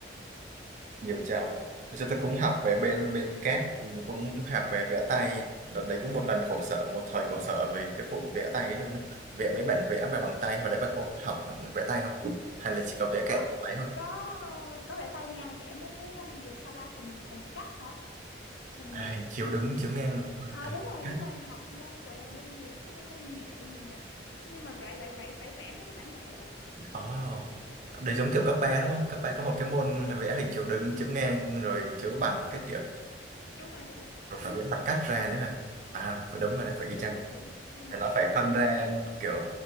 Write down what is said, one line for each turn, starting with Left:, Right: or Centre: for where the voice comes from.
Right: nhiều chảo bây giờ tôi cũng học về bên bên CAD cũng học về vẽ tay đợt đấy cũng một lần khổ sở một thời khổ sở vì cái vụ vẽ tay ấy luôn á vẽ mấy bản vẽ mà bằng tay hồi đấy bà có học vẽ tay không hay là chỉ có vẽ
Left: có
Right: kẹt tay thôi
Left: có có vẽ tay nha vẽ mấy cái um, gì sao ta hình hình cắt hả hình
Right: à, hình chiếu đứng chiếu ngang đúng mà
Left: à,
Right: à,
Left: đúng
Right: hình
Left: rồi
Right: khác.
Left: đúng rồi học môn gọi là môn gì môn công nghệ gì nhỉ nhưng mà lại lại phải phải vẽ mấy cái bản vẽ đấy
Right: Ồ, đấy giống kiểu cấp 3 đúng không cấp 3 có một cái môn vẽ hình chiếu đứng chiếu ngang rồi chiếu bằng các kiểu
Left: đúng rồi đúng rồi
Right: rồi
Left: <laughs>
Right: phải vẽ mặt cắt ra nữa hả à phải đúng rồi đấy phải y
Left: đúng
Right: chang
Left: rồi đúng rồi nhưng mà
Right: nó
Left: vẽ
Right: phải phân
Left: chỉ
Right: ra
Left: có
Right: kiểu